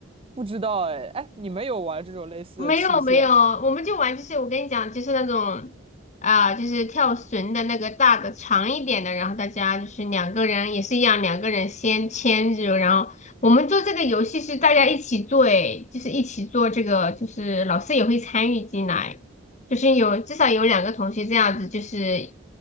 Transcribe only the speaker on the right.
不知道哎哎，你们有玩这种类似的器械吗？